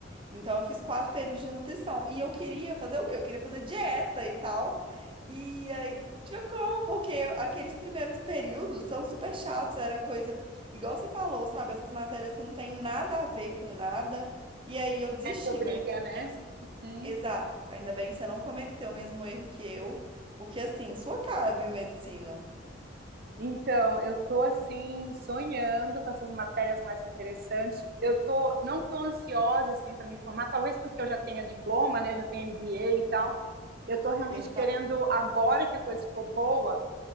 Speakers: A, on the right; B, on the right.
A: Então, eu fiz quatro períodos de nutrição. E eu queria fazer o quê? Eu queria fazer dieta e tal. E aí, não tinha como, porque aqueles primeiros períodos são super chatos. Era coisa, igual você falou, sabe? Essas matérias que não tem nada a ver com nada. E aí, eu desisti,
B: é que obriga,
A: mas ainda
B: né?
A: bem que...
B: Hum.
A: Exato. Ainda bem que você não cometeu o mesmo erro que eu. Porque, assim, sua cara, biomedicina.
B: Então, eu estou assim sonhando com essas matérias mais interessantes. Eu tô não estou ansiosa assim para me formar, talvez porque eu já tenha diploma, né? Já tenho MBA e tal. Eu estou realmente
A: Exato.
B: querendo agora que a coisa ficou boa,